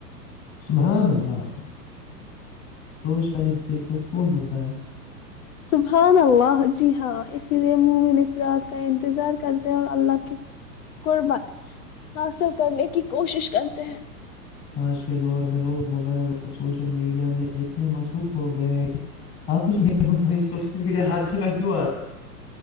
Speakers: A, on the left; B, on the left.
A: سبحان اللہ سوچ کر ہی دل کو س کون ملتا ہے
B: سبح اللہ جی ہاں اسی لیے مومن اس رات کا انتظار کرتے ہیں اور اللہ کی قربت حاصل کرنے کی کوشش کرتے ہیں
A: آج کے دور میں لوگ موبائل اور سوشل میڈیا میں اتنے مصروف ہو گئے ہیں کہ آپ مجھے یہ بت سوشل میڈیا ہر جگہ کیوں آتا